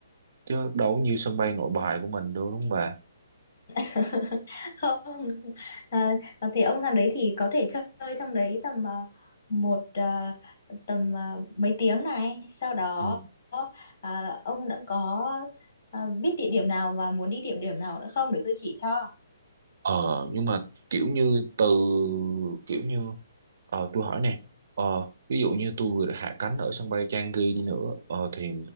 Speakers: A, on the right; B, on the left.
A: Chứ đâu có như sân bay Nội Bài của mình đâu đúng không bà
B: <laughs> không à, à, thì ông sang đấy thì có thể chơi trong đấy tầm à, một à, tầm à, mấy tiếng này sau đó
A: Ừ.
B: à, ông đã có à, biết địa điểm nào và muốn đi địa điểm nào nữa không để tôi chỉ cho
A: Ờ nhưng mà kiểu như từ kiểu như ờ, tôi hỏi nè ờ, ví dụ như tôi vừa hạ cánh ở sân bay Changi đi nữa ờ, thì